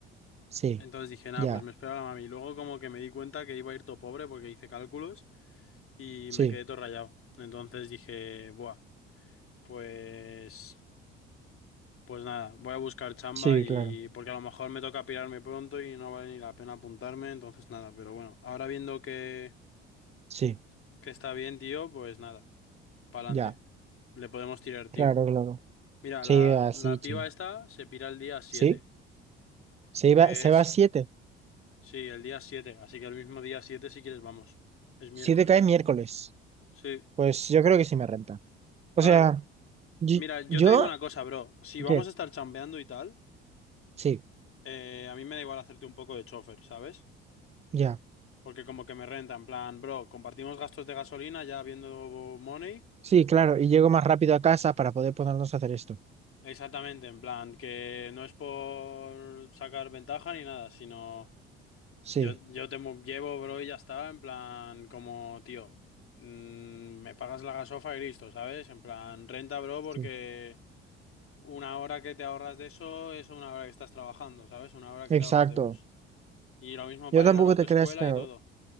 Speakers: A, on the right; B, on the left.
A: Sí,
B: Entonces dije, nada,
A: ya,
B: pues me espero a la mami. Y luego como que me di cuenta que iba a ir todo pobre porque hice cálculos y
A: sí,
B: me quedé todo rayado. Entonces dije, buah, pues... Pues nada, voy a buscar chamba
A: sí,
B: y
A: claro,
B: porque a lo mejor me toca pirarme pronto y no vale ni la pena apuntarme, entonces nada, pero bueno, ahora viendo que,
A: sí.
B: que está bien, tío, pues nada, pa'lante,
A: Ya.
B: le podemos tirar, tío.
A: Claro, claro.
B: Mira,
A: Sí,
B: la,
A: así,
B: la piba
A: sí.
B: esta se pira el día 7,
A: Sí, se iba,
B: que
A: se
B: es,
A: va a siete.
B: sí, el día 7, así que el mismo día 7 si quieres vamos, es miércoles.
A: Siete cae miércoles.
B: Sí,
A: Pues yo creo que sí me renta. O
B: a
A: sea,
B: ver,
A: yo,
B: mira, yo
A: yo-
B: te digo una cosa, bro, si vamos
A: ¿qué?
B: a estar chambeando y tal,
A: Sí,
B: eh, a mí me da igual hacerte un poco de chofer, ¿sabes?
A: ya.
B: Porque como que me renta, en plan, bro, compartimos gastos de gasolina ya viendo Money.
A: Sí, claro. Y llego más rápido a casa para poder ponernos a hacer esto.
B: Exactamente, en plan, que no es por sacar ventaja ni nada, sino
A: Sí,
B: yo, yo te mo- llevo, bro, y ya está, en plan, como, tío, mm, me pagas la gasofa y listo, ¿sabes? En plan, renta, bro, porque
A: sí.
B: una hora que te ahorras de eso es una hora que estás trabajando, ¿sabes? Una hora que
A: Exacto.
B: te ahorras de bus. Y lo mismo
A: Yo
B: para
A: tampoco
B: ir a la autoescuela
A: te creas que.
B: y todo.